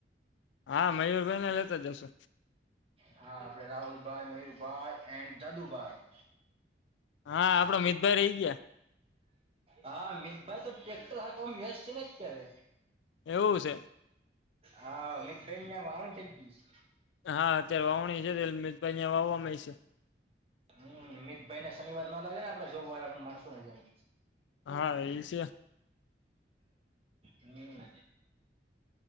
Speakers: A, on the left; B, on the right.
A: હા મયુરભાઈને લેતા જશો
B: હા આપડે રાહુલભાઈ મયુરભાઈ એન્ડ દાદુભાઈ
A: હા આપડો મિતભાઈ રહી ગયા.
B: હા મિતભાઈ તો ટ્રેક્ટર હાક વ્યસ્ છે ને અત્યારે
A: એવું છે
B: હા મ. બે અહિયાં વાવણી થઈ ગઈશ
A: હા અત્યારે વાવણી છે તે મિતભાઈ ને વાવવામાં છે
B: હમ મીિત ભાઈ ને શનિવાર ના લાગે ને આપડે જોબ વાળા પણ માણસું નને જેમ
A: હા એ છે
B: <inaudible> હમ.